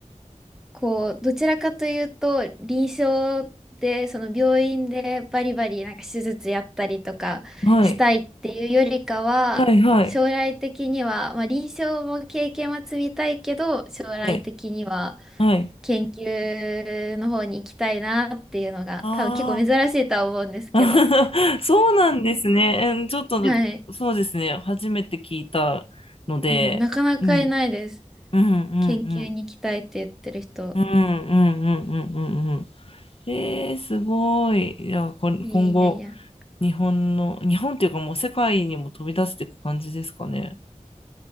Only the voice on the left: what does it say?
はい、はい、はい、
はい、はい。
あ
あ、<laughs> そうなんですね。うんちょっと、
そうですね。初めて聞いたので、
うん、うん、うん、う
ん。うんうんうんうんうんうん。えー、すごい。いや、これ、
今後、日本の、日本っていうかもう世界にも飛び出していく感じですかね。